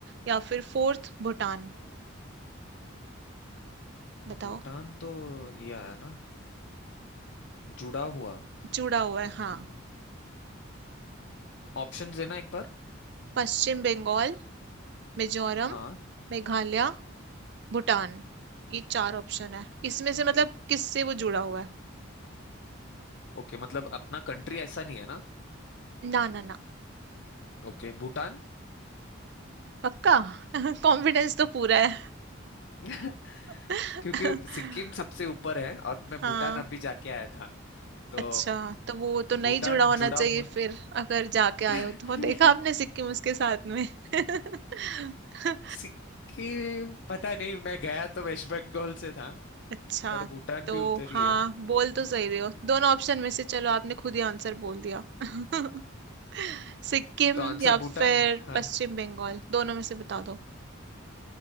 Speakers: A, on the right; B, on the left.
A: या फिर फोर्थ भूटान बताओ
B: भूटान तो ये आया ना अ, जुड़ा हुआ
A: जुड़ा हुआ है
B: हम्म
A: हाँ
B: ऑप्शन देना एक बार
A: पश्चिम बंगाल मिजोरम
B: हाँ
A: मेघालय भूटान ये चार ऑप्शन है इसमें से मतलब किससे वो जुड़ा हुआ है
B: ओके मतलब अपना कंट्री ऐसा नहीं है ना
A: ना ना ना
B: ओके भूटान
A: पक्का <laughs> कॉन्फिडेंस तो पूरा है
B: <laughs>
A: <laughs>
B: क्योंकि सिक्किम सबसे ऊपर है और मैं
A: हाँ
B: भूटान अभी जाके आया था तो
A: अच्छा तो वो तो नहीं
B: भूटान
A: जुड़ा होना
B: जुड़ा
A: चाहिए
B: हुआ
A: फिर अगर जाके आए
B: <laughs>
A: हो तो देखा आपने सिक्किम उसके साथ में <laughs>
B: सिक्किम पता नहीं मैं गया तो वेस्ट बंगाल से था
A: अच्छा
B: पर भूटान
A: तो
B: भी उतर
A: हाँ
B: ही है
A: बोल
B: अम्म,
A: तो सही रहे हो दोनों ऑप्शन में से चलो आपने खुद ही आंसर बोल दिया <laughs> सिक्किम
B: तो आंसर
A: या
B: भूटान
A: फिर
B: हाँ
A: पश्चिम बंगाल दोनों में से बता दो